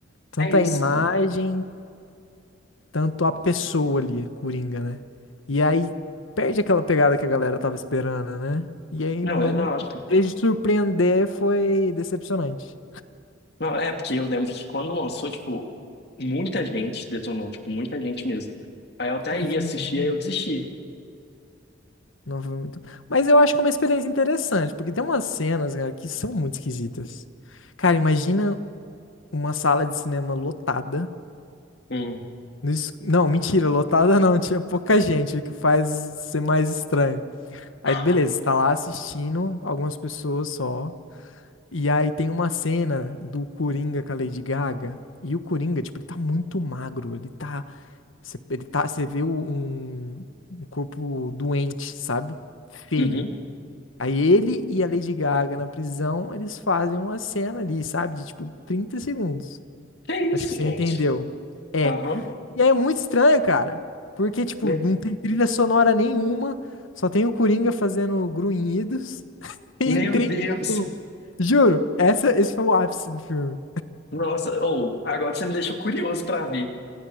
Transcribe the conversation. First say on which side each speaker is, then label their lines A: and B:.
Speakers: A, on the left; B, on the left.
A: Tanto
B: É isso,
A: a imagem,
B: né?
A: tanto a pessoa ali, Coringa, né? E aí perde aquela pegada que a galera tava esperando, né? E aí,
B: Não,
A: mas
B: exato.
A: em vez de surpreender, foi decepcionante.
B: Não, é, porque eu lembro que quando lançou, tipo, muita gente detonou, tipo, muita gente mesmo. Aí eu até
A: Ai,
B: ia
A: foi
B: assistir,
A: muito ruim.
B: aí eu desisti.
A: Não foi muito. Mas eu acho que é uma experiência interessante, porque tem umas cenas, cara, que são muito esquisitas. Cara, imagina uma sala de cinema lotada.
B: Hum.
A: no es- Não, mentira, lotada não, tinha pouca gente, o que faz ser mais estranho. Aí,
B: Aham.
A: beleza, você tá lá assistindo, algumas pessoas só. E aí tem uma cena do Coringa com a Lady Gaga. E o Coringa, tipo, ele tá muito magro. Ele tá. Você, ele tá, você vê o- um, um corpo doente, sabe? Feio.
B: Uhum.
A: Aí ele e a Lady Gaga na prisão, eles fazem uma cena ali, sabe? De tipo 30 segundos.
B: Que
A: Acho
B: isso,
A: que você
B: gente?
A: entendeu. É.
B: Aham.
A: E aí é muito estranho, cara. Porque, tipo,
B: Me-
A: não tem trilha sonora nenhuma. Só tem o Coringa fazendo grunhidos <laughs> em
B: Meu
A: trinta
B: Deus!
A: segundos. Juro, essa, esse foi o ápice do filme.
B: Nossa, ou agora você me deixou curioso para ver.